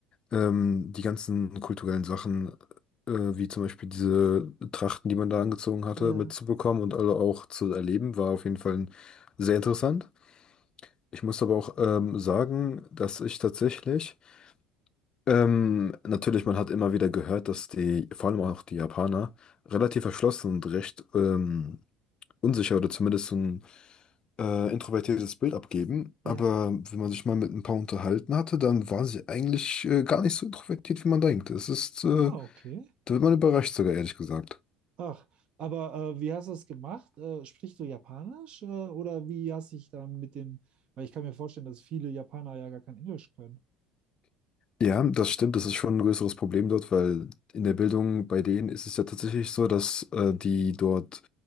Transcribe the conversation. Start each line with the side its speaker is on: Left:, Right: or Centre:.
Left: Ähm, die ganzen kulturellen Sachen, äh, wie zum Beispiel diese Trachten, die man da angezogen hatte,
Right: Ja,
Left: mitzubekommen und alle auch zu erleben, war auf jeden Fall sehr interessant. Ich muss aber auch ähm, sagen, dass ich tatsächlich, ähm, natürlich, man hat immer wieder gehört, dass die, vor allem auch die Japaner, relativ verschlossen und recht ähm, unsicher oder zumindest so ein äh, introvertiertes Bild abgeben,
Right: ja.
Left: aber wenn man sich mal mit ein paar unterhalten hatte, dann war sie eigentlich äh, gar nicht so introvertiert, wie man denkt. Es ist, äh,
Right: Ah, okay.
Left: da wird man überrascht sogar, ehrlich gesagt.
Right: Ach, aber äh, wie hast du es gemacht? Äh, sprichst du Japanisch äh, oder wie hast dich dann mit dem, weil ich kann mir vorstellen, dass viele Japaner ja gar kein Englisch können.
Left: Ja, das stimmt, das ist schon ein größeres Problem dort, weil in der Bildung bei denen ist es ja tatsächlich so, dass äh, die dort